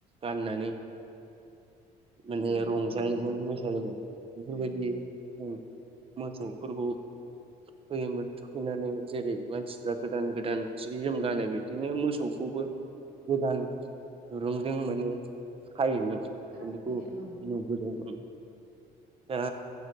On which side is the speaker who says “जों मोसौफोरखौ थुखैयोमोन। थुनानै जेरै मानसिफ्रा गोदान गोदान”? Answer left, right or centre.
Right